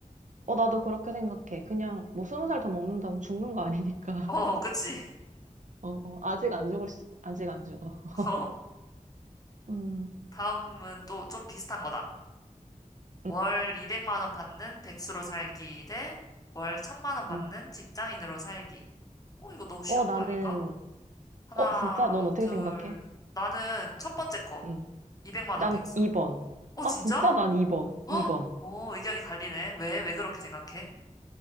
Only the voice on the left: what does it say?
어,
그치.
<laughs> 어,
다음은 또 좀 비슷한 거다. 월
200만 원 받는 백수로 살기 대 월 천만 원 받는
직장인으로 살기. 어, 이거 너무 쉬운
거 아닌가? 하나,
둘.
나는 첫 번째 거.
200만
원 백수.
어,
진짜?
헉!
어, 의견이 갈리네. 왜, 왜 그렇게 생각해?